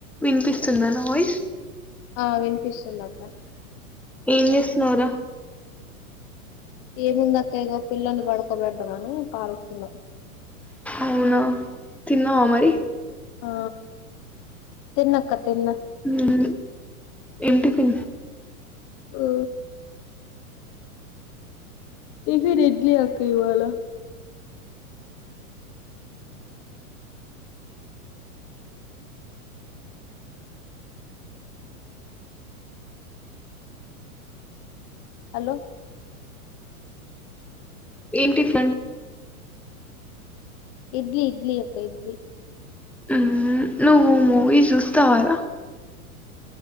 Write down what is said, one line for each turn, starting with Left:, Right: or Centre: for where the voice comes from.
Centre: వినిపిస్తుందా నా వాయిస్
Left: త ఆ వినుపిస్తుందక్కా
Centre: ఏం చేస్తున్నావ్ రా
Left: ఏముందక్క ఇగో పిల్లల్ని పడుకోబెడ్దామని పారిస్తున్న
Centre: అవునా తిన్నవా మరి
Left: ఆ తిన్నక్క తిన్న
Centre: హ్మ్ ఇంటికి
Left: ఓ టిఫిన్ ఇడ్లీ అక్క ఇవాళ హలో
Centre: ఏం టిఫన్
Left: ఇడ్లీ ఇడ్లీ అక్క ఇడ్లీ
Centre: మ్మ్. నువ్వు మూవీ చూస్తావా రా